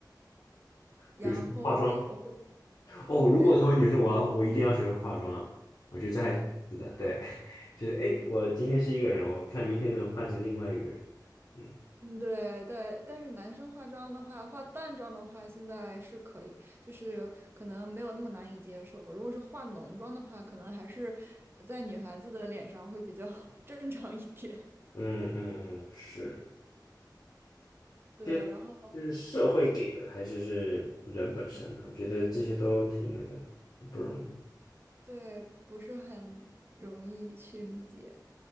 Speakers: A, on the right; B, on the left.
A: 然后我会我会
B: 比如说化妆哦，
A: 对，
B: 如果成为女生，我要我一定要学会化妆。我觉得这还挺有意思的，对，<laughs> 就是哎，诶我今天是一个人，我看明天能换成另外一个人。嗯。
A: 嗯，对对，但是男生化妆的话，化淡妆的话，现在是可以，就是可能没有那么难以接受。如果是化浓妆的话，可能还是在女孩子的脸上会比较 <laughs> 正常一点。
B: 嗯嗯嗯，是，
A: 对，
B: 这
A: 然后。
B: 是社会给的，还是是人本身呢？我觉得这些都挺那个的，挺不容易。
A: 对，不是很容易去理解。